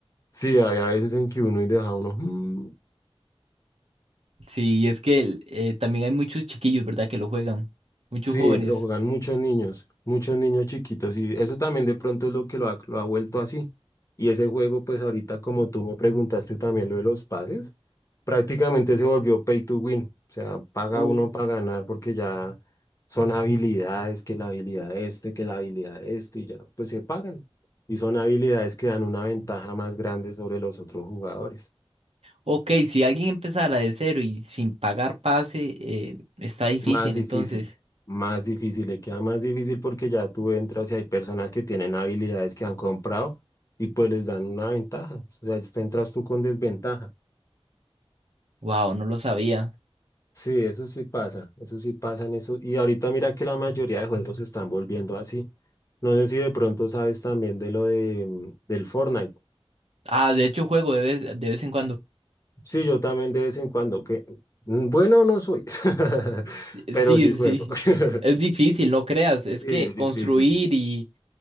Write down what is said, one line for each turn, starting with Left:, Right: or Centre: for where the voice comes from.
Left: sí, había veces en que uno y deja uno. "Mm,
Right: Sí, y es que el- eh, también hay muchos chiquillos, ¿verdad? Que lo juegan, muchos
Left: Sí,
Right: jóvenes.
Left: lo juegan muchos niños, muchos niños chiquitos y eso también de pronto es lo que lo ha, lo ha vuelto así. Y ese juego, pues ahorita como tú me preguntaste también lo de los pases, prácticamente se volvió pay to win, o sea, paga
Right: Oh.
Left: uno para ganar porque ya son habilidades, que la habilidad este, que la habilidad este, y ya, pues se pagan. Y son habilidades que dan una ventaja más grande sobre los otros jugadores.
Right: Ok, si alguien empezara de cero y sin pagar pase, eh, está difícil,
Left: Más difícil,
Right: entonces.
Left: más difícil, le queda más difícil porque ya tú entras y hay personas que tienen habilidades que han comprado y pues les dan una ventaja. O sea, te entras tú con desventaja.
Right: Wow, no lo sabía.
Left: Sí, eso sí pasa, eso sí pasa en eso. Y ahorita mira que la mayoría de juegos se están volviendo así. No sé si de pronto sabes también de lo de, mm, del Fortnite.
Right: Ah, de hecho juego de vez, de vez en cuando.
Left: Sí, yo también de vez en cuando, que mm, bueno no soy, <laughs>
Right: Eh,
Left: pero
Right: Sí,
Left: sí juego.
Right: sí. sí.
Left: <laughs>
Right: Es difícil, no creas. Es
Left: Sí,
Right: que
Left: es
Right: construir
Left: difícil.
Right: y,